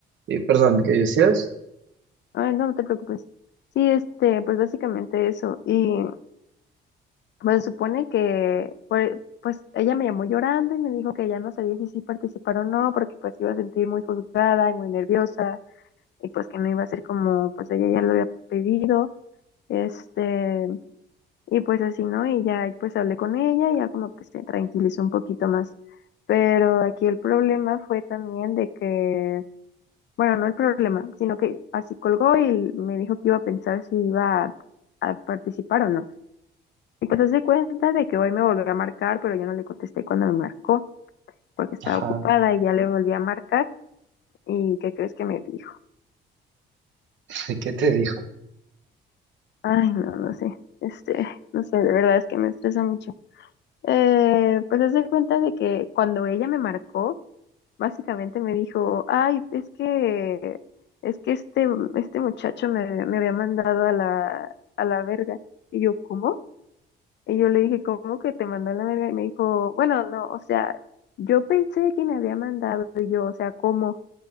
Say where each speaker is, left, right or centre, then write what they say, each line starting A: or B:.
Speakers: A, on the right; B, on the left.
A: Y perdón, ¿qué decías?
B: Ay, no, no te preocupes. Sí, este, pues básicamente eso. Y pues se supone que, pues, pues ella me llamó llorando y me dijo que ya no sabía si sí participar o no, porque pues iba a sentir muy juzgada y muy nerviosa y pues que no iba a ser como, pues ella ya lo había pedido. Este, y pues así, ¿no? Y ya pues hablé con ella y ya como que se tranquilizó un poquito más. Pero aquí el problema fue también de que, bueno, no el problema, sino que así colgó y me dijo que iba a pensar si iba a, a participar o no. Y pues se cuenta de que hoy me volvió a marcar, pero yo no le contesté cuando me marcó, porque estaba
A: Ajá,
B: ocupada y ya le volví a marcar. ¿Y qué crees que me dijo?
A: <laughs> qué te dijo?
B: Ay, no, no sé. Este, no sé, de verdad es que me estresa mucho. Eh, pues haz de cuenta de que cuando ella me marcó, básicamente me dijo, ay, es que, es que este, este muchacho me, me había mandado a la, a la verga. Y yo, ¿cómo? Y yo le dije, ¿cómo que te mandó a la verga? Y me dijo, bueno, no, o sea, yo pensé que me había mandado y yo, o sea, ¿cómo?